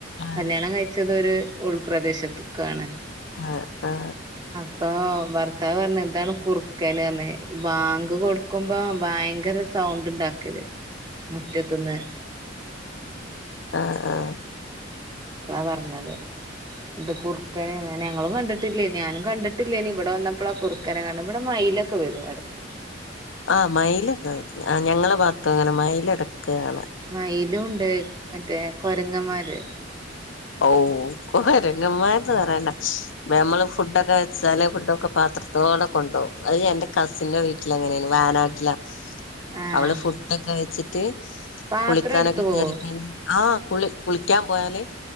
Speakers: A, on the left; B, on the right.
A: ആഹ്
B: കല്യാണം കഴിച്ചത് ഒര് ഉൾപ്രദേശത്ത്ക്കാണ്
A: ആ ആ
B: ആ ഭർത്താവ് പർണ് ഇതാണ് കുറുക്കൻ പർണ് ബാങ്ക് കൊട്ക്കുമ്പം ഭയങ്കര സൗണ്ട് ഇണ്ടാ ക്കല് മുറ്റത്ത്ന്ന്
A: ആ ആ
B: ളാ പർണത് ഇങ്ങട്ട് കുർക്കൻന്ന് ഞങ്ങളും കണ്ട് ട്ടില്ലേ ഞാനും കണ്ട്ട്ട് ഇല്ലേനി ഇവടെ വന്നപ്പോളാ കുറുക്കനെ കാൺണെ ഇവടെ മൈലൊക്കെ വെരും എടക്ക്
A: ആ മയിലൊക്കെ ആ ഞങ്ങളെ ഭാഗത്തു അങ്ങനെ മയിൽ എടക്ക് കാണാ
B: മയിലും ഇണ്ട് മറ്റേ കൊരങ്ങന്മാര്
A: ഔ കൊരങ്ങന്മാര്ത് പറയെണ്ട നമ്മൾ ഫുഡൊക്കെ വെച്ചാൽ ഫുഡൊക്കെ പാ ത്രത്തോടെ കൊണ്ടൊവും അയ് എന്റെ കസിന്റെ വീട്ടിൽ അങ്ങനെയ്നു വയനാട്ടിലാ
B: ആഹ്
A: അവള് ഫുഡൊക്കെ വെച്ചിട്ട്
B: പാത്രം
A: കുളിക്കാനൊ
B: എടുത്തു പോവും
A: <inaudible> ആ കുളി കുളിക്കാൻ പോയല്